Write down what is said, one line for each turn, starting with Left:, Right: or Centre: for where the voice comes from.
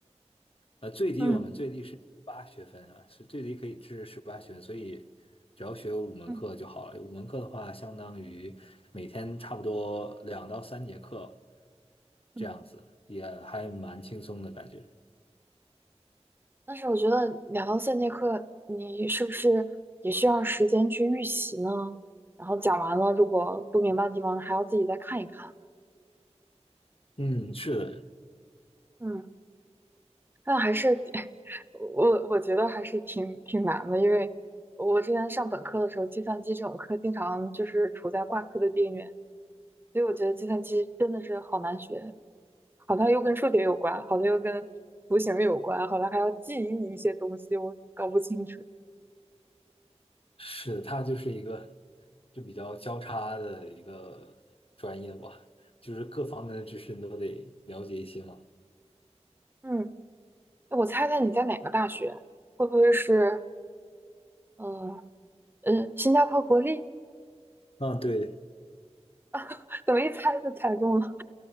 Left: 呃，最低我们最低是十八学分啊，
Right: 嗯
Left: 是最低可以是十八学分，所以只要学五门课就好了。
Right: 嗯
Left: 五门课的话，相当于每天差不多两到三节课
Right: 嗯。
Left: 这样子，也还蛮轻松的感觉。
Right: 但是我觉得两到三节课，你是不是也需要时间去预习呢？然后讲完了，如果不明白的地方，还要自己再看一看。
Left: 嗯，是的，
Right: 嗯，那还是 <laughs> 我我觉得还是挺挺难的，因为我之前上本科的时候，计算机这种课经常就是处在挂科的边缘，所以我觉得计算机真的是好难学，好像又跟数学有关，好像又跟图形有关，好像还要记忆一些东西，我搞不清楚。
Left: 是的，它就是一个就比较交叉的一个专业吧，就是各方面的知识你都得了解一些嘛。
Right: 嗯。我猜猜你在哪个大学？会不会是嗯嗯新加坡国立？
Left: 嗯，对，
Right: <laughs> 怎么一猜就猜中了？